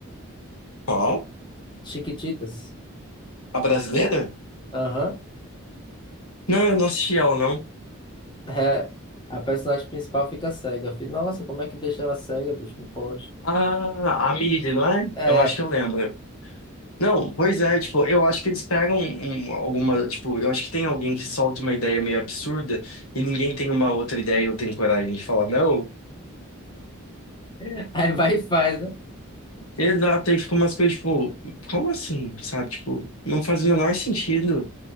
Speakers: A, on the left; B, on the left.
A: Qual?
B: Chiquititas?
A: A brasileira?
B: Aham.
A: Não, eu não assisti ela, não.
B: É, a personagem principal fica cega. Eu falei, Nossa, como é que deixa ela cega, bicho? Não pode.
A: Ah, a Miri, não é?
B: É,
A: Eu acho que eu lembro. Não, pois é, tipo, eu acho que eles pegam um- um, alguma, tipo, eu acho que tem alguém que solta uma ideia meio absurda e ninguém tem uma outra ideia ou tem coragem de falar não.
B: <laughs> aí vai e faz, né?
A: Exato, aí fica umas coisas tipo, como assim, sabe? Tipo, não faz o menor sentido.